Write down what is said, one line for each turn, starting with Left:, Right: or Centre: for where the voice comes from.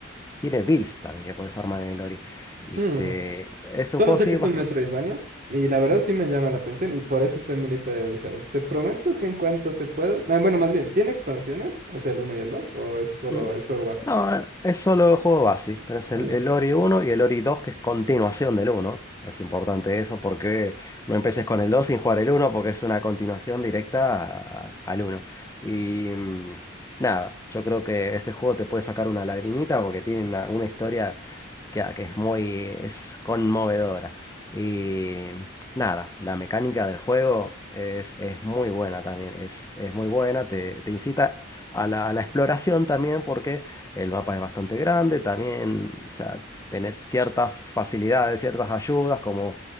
Left: tiene builds también que puedes armar en el Ori. Este,
Right: Hmm.
Left: es un
Right: Solo
Left: juego,
Right: sé
Left: sí,
Right: que es
Left: bastante.
Right: un Metroidvania. Y la verdad sí me llama la atención. Y por eso está en mi lista de deseados. Te prometo que en cuanto se pueda. eh, Bueno, más bien, ¿tiene expansiones? O sea, el uno y el 2 ¿O es solo
Left: Mm.
Right: el juego base?
Left: No, eh, es solo el juego base. Tenés
Right: Ah,
Left: el,
Right: ya.
Left: el Ori uno y el Ori 2, que es continuación del uno. Es importante eso porque no empeces con el 2 sin jugar el uno, porque es una continuación directa a- al uno. Y mm, nada, yo creo que ese juego te puede sacar una lagrimita porque tiene una, una historia que, que es muy, es conmovedora. Y nada, la mecánica del juego es, es muy buena también. Es, es muy buena, te, te incita a la, a la exploración también, porque el mapa es bastante grande, también, o sea, tenés ciertas facilidades, ciertas ayudas, como